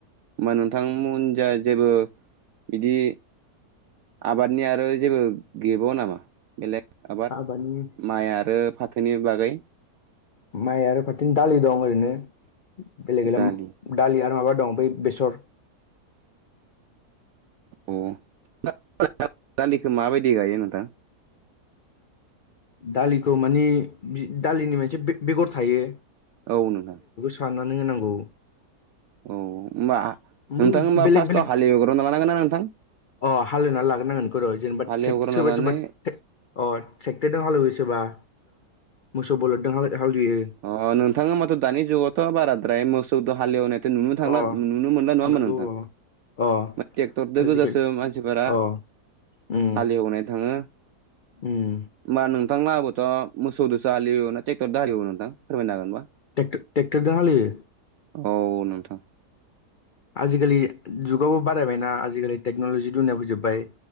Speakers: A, on the right; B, on the left.
A: होमबा नोंथांमोन जा जेबो बिदि आबादनि आरो जेबो गैबावा नामा बेलेग आबाद
B: आबादनि
A: माइ आरो फाथोनि बागै
B: माइ आरो फारथिंदालि दं ओरैनो बेलेग गैला
A: दालि
B: दालि आरो माबा दं बै बेसर
A: अ <unintelligible> दालिखौ माबायदि गायो नोंथां
B: दालिखौ मानि दालिनि मोनसे बेगर थायो
A: औ नोंथां
B: साननानै होनांगौ
A: औ होनोमबा
B: मोन
A: नोंथां हबा
B: बेलेग
A: फार्स्टआव
B: बेलेग
A: हाललिवग्रना लानांगोन ना नोंथां
B: अ हालिवना लाग्रोनांगोनखौ र' जेनेबा
A: हालेवग्रोना
B: ट्रेक्ट सोरबा
A: लानानै
B: सोरबा अ ट्रेक्टरजों हालेवयो सोरबा मोसौ बलदजों हालेवयो
A: अ नोंथाङा हेमाबाथ' दानि जुगावथ' बाराद्राय मोसौ द हाललिवनाय नुनो थांला
B: अ
A: नुनो मोनला नङा होनबा
B: नंगौ
A: नोंथां
B: अ अ
A: ट्रेक्टरजों
B: आजिखालि
A: गोजासो मानसिफोरा
B: अ उम
A: हालेवनाय थाङो
B: उम
A: होमबा नोंथांना आबोथ' मोसौ दोंसो आलि एवो ट्रेक्टर दारि नोंथां फोरमायनो हागोन होनबा
B: टेक्ट ट्रेक्ट दजों हालियो
A: औ नोंथां
B: आजिखालि जुगावबो बारायबायनाा आजिखालि टेक्न'लजि दुनियाबो जोबबाय